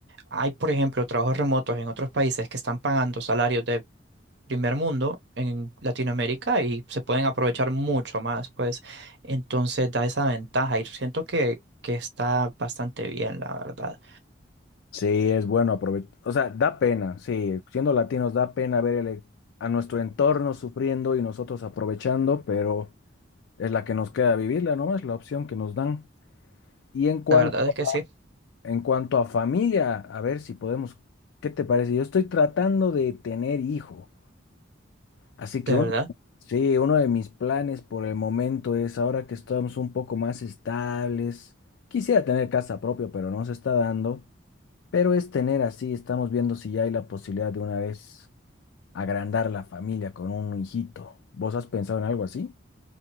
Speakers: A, on the right; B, on the left.
A: Hay, por ejemplo, trabajos remotos en otros países que están pagando salarios de primer mundo en Latinoamérica y se pueden aprovechar mucho más, pues entonces da esa ventaja y siento que, que está bastante bien, la verdad.
B: Sí, es bueno aprovechar. O sea, da pena, sí, siendo latinos da pena ver el- a nuestro entorno sufriendo y nosotros aprovechando, pero es la que nos queda vivirla, ¿no? Es la opción que nos dan. Y en cuanto
A: La verdad es que sí,
B: En cuanto a familia, a ver si podemos, ¿qué te parece? Yo estoy tratando de tener hijo, así que
A: de
B: uno,
A: verdad.
B: sí, uno de mis planes por el momento es, ahora que estamos un poco más estables, quisiera tener casa propia, pero no se está dando, pero es tener así, estamos viendo si ya hay la posibilidad de una vez agrandar la familia con un hijito. ¿Vos has pensado en algo así?